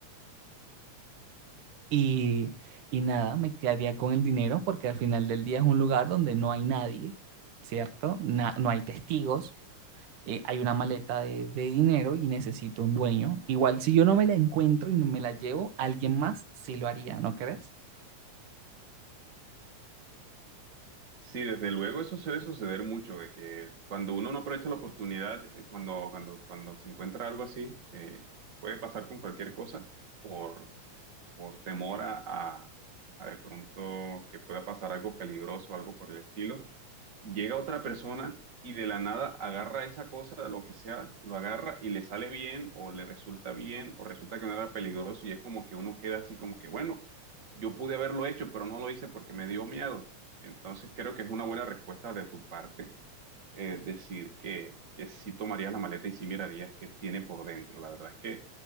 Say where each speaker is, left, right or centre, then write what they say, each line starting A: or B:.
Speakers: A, on the right (about 85°); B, on the right (about 30°).
A: y, y nada, me quedaría con el dinero porque al final del día es un lugar donde no hay nadie, ¿cierto? Na- no hay testigos, eh, hay una maleta de, de dinero y necesito un dueño. Igual si yo no me la encuentro y no me la llevo, alguien más sí lo haría, ¿no crees?
B: Sí, desde luego eso suele suceder mucho, de que cuando uno no aprovecha la oportunidad, eh, cuando, cuando, cuando se encuentra algo así, eh, puede pasar con cualquier cosa por, por temor a, a, a de pronto que pueda pasar algo peligroso, algo por el estilo llega otra persona y de la nada agarra esa cosa, lo que sea, lo agarra y le sale bien o le resulta bien o resulta que no era peligroso y es como que uno queda así como que, bueno, yo pude haberlo hecho, pero no lo hice porque me dio miedo. Entonces creo que es una buena respuesta de tu parte eh, decir que, que sí tomarías la maleta y sí mirarías qué tiene por dentro. La verdad es que